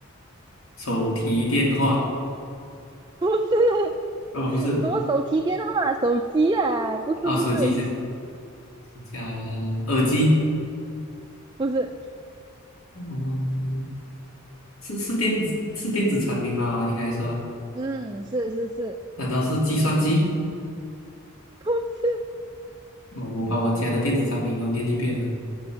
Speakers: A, on the left; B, on the right.
A: 手提电话？
B: 不是
A: 哦，
B: <laughs>？
A: 不是，
B: 什么手提电话啊、手机啊？不是，
A: 啊、
B: 不是，
A: 手机是讲耳机。
B: 不是，
A: 嗯，是是电子是电子产品吗？应该说，
B: 嗯，是是是，
A: 难道是计算机？
B: 不是。
A: 哦，我把我家的电子产品都念一遍了，